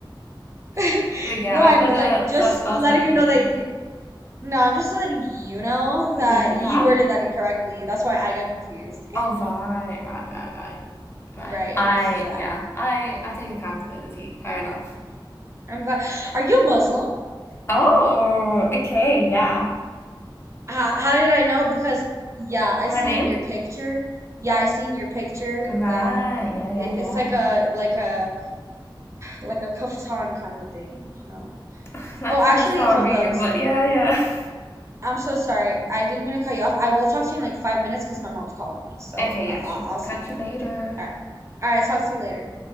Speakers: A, on the right; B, on the left.
A: <laughs>
B: <laughs> but yeah,
A: No,
B: I
A: I'm
B: got
A: like
B: a
A: just
B: first class
A: letting
B: at uni.
A: you know that you no, I'm just letting you know that
B: Y- yeah.
A: you worded that incorrectly. That's why I got confused. Okay?
B: Oh right, right, right, right. Right.
A: Right,
B: I
A: exactly.
B: yeah. I I take accountability. Fair enough.
A: I'm glad. Are you Muslim?
B: Oh, okay, yeah.
A: How, how did I know? Because yeah, I
B: My
A: see
B: name?
A: in your picture. Yeah, I see in your picture
B: Right.
A: that
B: Yeah. Yeah.
A: it,
B: Yeah.
A: it's like a like a like a kaftan kind of thing, you know?
B: <laughs> Naturally,
A: Oh, actually,
B: I'm sorry,
A: hold up.
B: but
A: S-
B: yeah. Yeah. <laughs>
A: I'm so sorry. I didn't mean to cut you off. I will talk to you in like five minutes because my mom's calling me. So
B: Okay.
A: I,
B: Yeah.
A: I,
B: Sure.
A: I'll see
B: Catch
A: you.
B: you later.
A: Okay. All right. All right. Talk to you later.